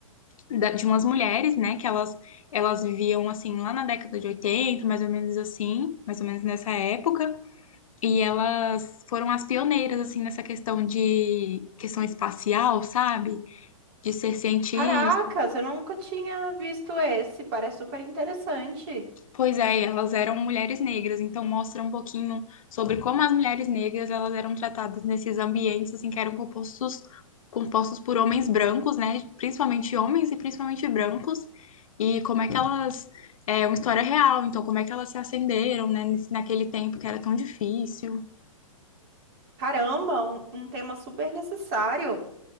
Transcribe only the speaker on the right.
Caracas, eu nunca tinha visto esse. Parece super interessante.
Caramba, um, um tema super necessário.